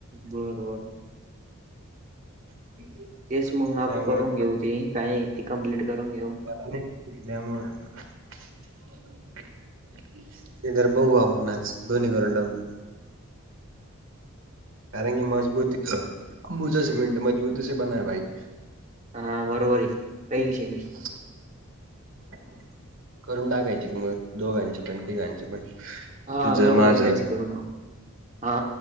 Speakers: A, on the right; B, on the right.
A: बर बर.
B: <inaudible>
A: तेच मग
B: त्यामुळे
A: <unintelligible> करून घेऊ ते काय ती कंप्लीट करून घेऊ.
B: <unintelligible> <unintelligible> बघू आपण आज दोन्ही करून टाकू. कारण की मजबूती अंबुजा सीमेंट मजबूती से बना हैं भाई.
A: हां बरोबर आहे काही विषय नाही.
B: <inaudible> करून टाकायचे की मग, दोघांचे पण तिघांचे पण.
A: हा
B: तुझं
A: दोघा
B: माझं
A: तिघांचे करुणा हा.